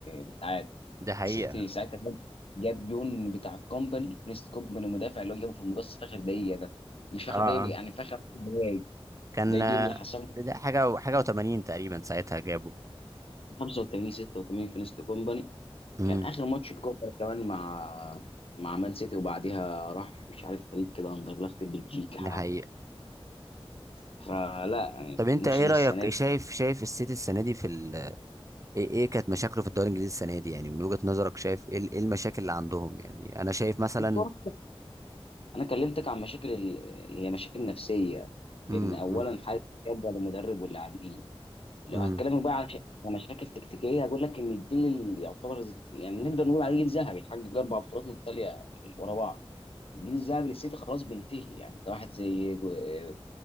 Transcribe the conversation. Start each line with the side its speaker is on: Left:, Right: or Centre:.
Left: متعادل
Right: ده حقيقه
Left: السيتي ساعتها جاب جاب جون بتاع الكومباني بريست كومباني المدافع اللي هو جابه في المقص في اخر دقيقه ده مش في
Right: اه
Left: اخر دقيقه
Right: اه
Left: يعني في اخر عشر دقايق
Right: كان
Left: ده الجون
Right: آه،
Left: اللي حسمه
Right: ده حاجه و- حاجه و80 تقريبا ساعتها جابوا
Left: 85 86 في نيست كومباني
Right: امم
Left: كان اخر ماتش الكومباني كمان مع مع مان سيتي وبعديها راح مش عارف فريق كده اندرلخت بلجيكا
Right: ده حقيقه
Left: فلا يعني
Right: طب انت
Left: موسم
Right: ايه رايك
Left: السنه دي
Right: شايف شايف السيتي السنه دي في ايه ايه كانت مشاكله في الدوري الانجليزي السنه دي يعني من وجهه نظرك شايف ايه ال- إيه المشاكل اللي عندهم يعني انا شايف مثلا
Left: بص هو انا كلمتك عن مشاكل ال... هي مشاكل نفسيه
Right: امم
Left: ان اولا حاله الشده للمدرب واللاعبين لو
Right: امم
Left: هتكلمك بقى عن ش- عن مشاكل تكتيكيه هقول لك ان الجيل اللي يعتبر ز- يعني نقدر نقول عليه جيل ذهبي حقق اربع بطولات متتاليه ورا بعض الجيل الذهبي للسيتي خلاص بينتهي يعني ده واحد زي جو- آه،